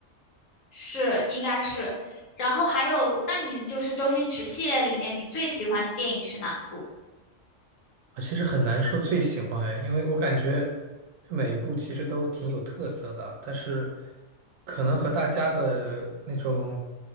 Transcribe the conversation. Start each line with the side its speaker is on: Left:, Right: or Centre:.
Left: 是，应该是。然后还有，那你就是周星驰系列里面你最喜欢的电影是哪部？
Right: 啊，其实很难说最喜欢哎因为我感觉每一部其实都挺有特色的，但是可能和大家的那种